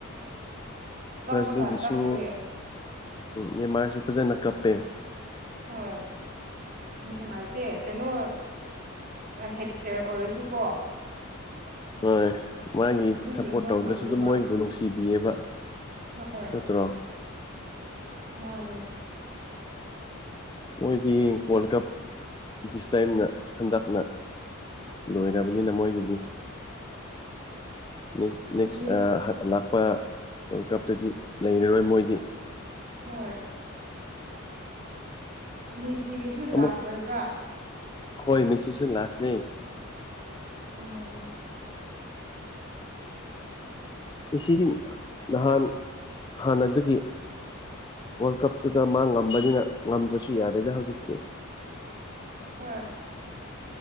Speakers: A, on the right (about 40°); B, on the left (about 20°).
A: ꯀꯞꯄꯒ
B: ꯕ꯭ꯔꯥꯖꯤꯜꯒꯤꯁꯨ
A: ꯆꯠꯈ꯭ꯔꯦ
B: ꯅꯦꯃꯥꯔꯁꯨ ꯐꯖꯅ ꯀꯞꯄꯦ
A: ꯍꯣꯏ ꯅꯨꯡꯉꯥꯏꯇꯦ ꯀꯩꯅꯣ ꯑ ꯍꯦꯠꯇ꯭ꯔ ꯑꯣꯏꯔꯁꯨꯀꯣ
B: ꯍꯣꯏ ꯃꯥꯒꯤ
A: ꯑꯗꯨ
B: ꯁꯞꯄꯣꯔꯠ
A: ꯌꯦꯡꯕ
B: ꯇꯧꯗ꯭ꯔꯁꯨ
A: ꯉꯝꯗꯦꯕ
B: ꯑꯗꯨꯝ ꯃꯣꯏꯕꯨ ꯅꯨꯡꯁꯤꯕꯤꯌꯦꯕ
A: ꯍꯣꯏ
B: ꯅꯠꯇ꯭ꯔꯣ
A: ꯃꯥꯥꯅꯦ
B: ꯃꯣꯏꯗꯤ ꯋꯥꯔꯜ ꯀꯞ ꯗꯤꯁ ꯇꯥꯏꯝꯅ ꯍꯟꯗꯛꯅ ꯂꯣꯏꯔꯕꯅꯤꯅ ꯃꯣꯏꯒꯤꯗꯤ ꯅꯦꯛꯁ ꯅꯦꯛꯁ
A: ꯃꯤ
B: ꯑ ꯍ ꯂꯥꯛꯄ ꯋꯥꯔꯜ ꯀꯞꯇꯗꯤ ꯂꯩꯔꯔꯣꯏ ꯃꯣꯏꯗꯤ
A: ꯍꯣꯏ ꯃꯦꯁꯤꯒꯤꯁꯨ
B: ꯑꯃꯨꯛ
A: ꯂꯥꯁ ꯑꯣꯏꯕ꯭ꯔꯥ
B: ꯍꯣꯏ ꯃꯤꯁꯤꯁꯨ ꯂꯥꯁꯅꯦ
A: ꯑꯣ
B: ꯃꯦꯁꯤꯗꯤ ꯅꯍꯥꯟ ꯍꯥꯟꯅꯗꯒꯤ ꯋꯥꯔꯜ ꯀꯞꯇꯨꯗ ꯃꯥ ꯉꯝꯕꯅꯤꯅ ꯉꯝꯗ꯭ꯔꯁꯨ ꯌꯥꯔꯦꯗ ꯍꯧꯖꯤꯛꯇꯤ
A: ꯍꯣꯏ